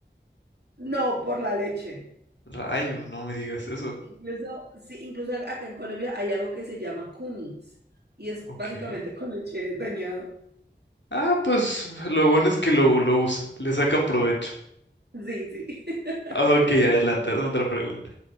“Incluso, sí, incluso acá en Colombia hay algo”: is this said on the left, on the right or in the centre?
Right